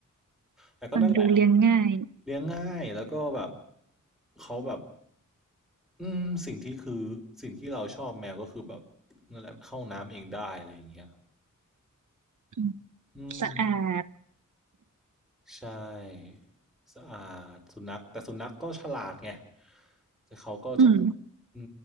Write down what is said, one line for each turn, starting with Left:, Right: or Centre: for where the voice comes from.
Centre: แต่ก็นั่นแหละ
Right: ฟังดูเลี้ยงง่าย
Centre: เลี้ยงง่ายแล้วก็แบบเขาแบบอืมสิ่งที่คือสิ่งที่เราชอบแมวก็คือแบบนั่นแหละเข้าน้ำเองได้อะไรอย่างเงี้ย
Right: อืม
Centre: อืม
Right: สะอาด
Centre: ใช่สะอาดสุนัขแต่สุนัขก็ฉลาดไงแต่เขาก็จะแบบอื
Right: อืม